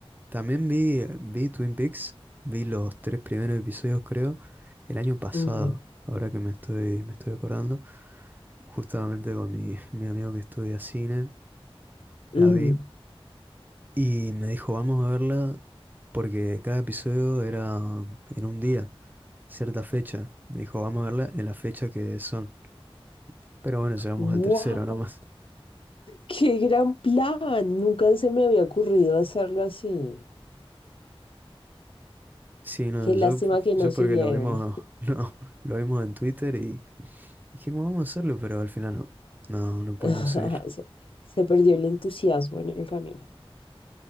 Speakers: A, on the right; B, on the left.
A: también vi, vi Twin Peaks, vi los tres primeros episodios, creo, el año pasado,
B: Ujú,
A: ahora que me estoy, me estoy acordando, justamente con mi, mi amigo que estudia cine,
B: ujú.
A: la vi, y me dijo, vamos a verla, porque cada episodio era en un día, cierta fecha. Me dijo, vamos a verla en la fecha que son. Pero bueno, llegamos
B: ¡Guau!
A: al tercero nomás.
B: ¡Qué gran plan! Nunca se me había ocurrido hacerlo así.
A: Sí, no,
B: Qué
A: yo,
B: lástima que no
A: yo
B: siguieron.
A: porque lo vimos, <laughs> no, lo vimos en Twitter y dijimos vamos a hacerlo, pero al final no, no, no pudimos
B: <laughs>
A: seguirlo.
B: Se, se perdió el entusiasmo en el camino.